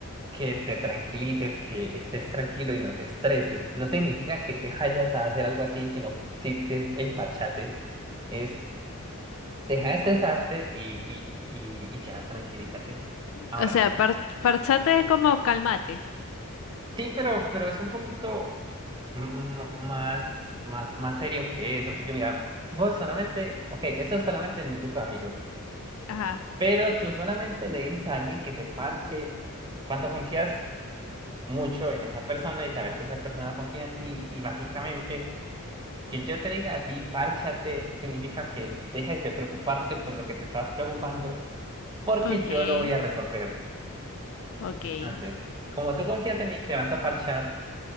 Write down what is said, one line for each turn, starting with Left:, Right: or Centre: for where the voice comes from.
Right: que te tranquilices, que estés tranquilo y no te estreses. No significa que te vayas a hacer algo así, sino si te, hey, parchate es deja de estresarte y, y, y, y ya tranquilízate. Ahora,
Left: o sea, par- parchate es como calmate.
Right: sí, pero, pero es un poquito mm, mm, más, más, más serio que eso, porque mira, vos solamente, ok, eso es solamente en mi grupo de amigos,
Left: Ajá.
Right: pero tú solamente le dices a alguien que se parche cuando confías. mucho en esa persona y sabes que esa persona confía en ti y básicamente que yo te diga a ti, párchate, significa que dejes de preocuparte por lo que te estabas preocupando porque
Left: Okay,
Right: yo lo voy a resolver.
Left: okay.
Right: Entonces, como tú confías en mí, te vas a parchar